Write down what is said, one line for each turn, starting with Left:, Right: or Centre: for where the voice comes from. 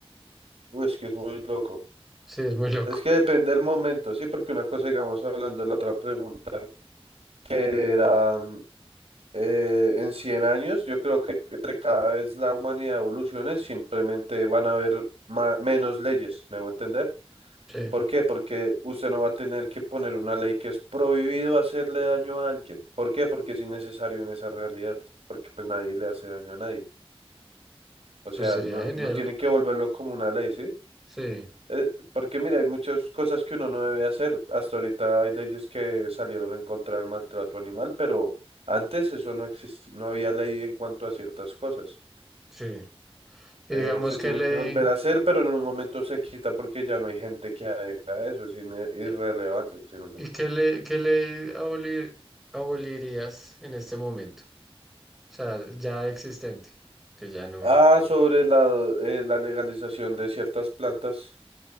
Right: Uy, es que es muy loco.
Centre: Sí, es muy loco.
Right: Es que depende del momento, sí, porque una cosa, digamos, hablando de la otra pregunta, que era mm, eh, en 100 años, yo creo que entre cada vez la humanidad evolucione, simplemente van a haber ma- menos leyes, ¿me voy a entender?
Centre: Sí,
Right: ¿Por qué? Porque usted no va a tener que poner una ley que es prohibido hacerle daño a alguien. ¿Por qué? Porque es innecesario en esa realidad, porque pues nadie le hace daño a nadie. O
Centre: pues
Right: sea,
Centre: sería
Right: no,
Centre: genial.
Right: no tiene que volverlo como una ley, ¿sí?
Centre: Sí,
Right: eh, porque mira, hay muchas cosas que uno no debe hacer. Hasta ahorita hay leyes que salieron en contra del maltrato animal, pero antes eso no existía, no había ley en cuanto a ciertas cosas.
Centre: sí. Y
Right: Eh,
Centre: Digamos
Right: se
Centre: qué
Right: tiene
Centre: ley
Right: que volver a hacer, pero en un momento se quita porque ya no hay gente que haga eso, es ine- irrelevante.
Centre: y
Right: ¿sí me entiende?
Centre: y qué ley, qué ley abolir- abolirías en este momento. O sea, ya existente, que ya no.
Right: Ah, sobre la, eh, la legalización de ciertas plantas